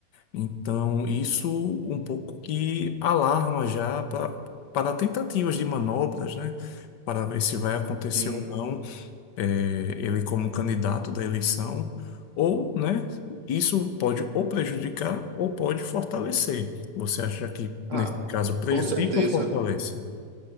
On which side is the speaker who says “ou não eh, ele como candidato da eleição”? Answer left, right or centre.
Left